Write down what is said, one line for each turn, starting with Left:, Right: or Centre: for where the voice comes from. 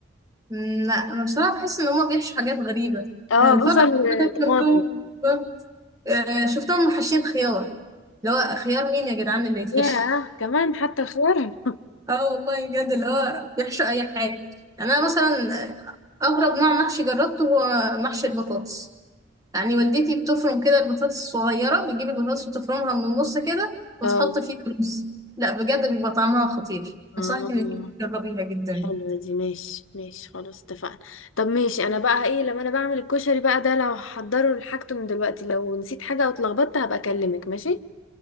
Right: مم، لا انا بصراحه بحس ان هما بيحشوا حاجات غريبه
Left: اه
Right: يعني الفتره
Left: <laughs> بصل
Right: اللي فاتت
Left: وطماطم
Right: شفتهم آه، شفتهم حاشين خيار اللي هو خيار مين يا جدعان اللي يتحشي
Left: ياه كمان حتى الخيار <laughs>
Right: اه والله بجد اللي هو بيحشوا اي حاجه يعني انا مثلا اغرب نوع محشي جربته هو محشي البطاطس يعني والدتي بتفرم كده البطاطس الصغيره بتجيب البطاطس وتفرمها من النص كده وتحط
Left: اه
Right: فيها رز لا بجد بيبقى طعمها خطير
Left: اه
Right: انصحك انك تجربيها جدا
Left: حلوة دي ماشي ماشي خلاص اتفقنا طب ماشي انا بقى ايه لما انا بعمل الكشري بقى ده لو هحضره لحاجته من دلوقتي لو نسيت حاجة او اتلخبطت هبقى اكلمك ماشي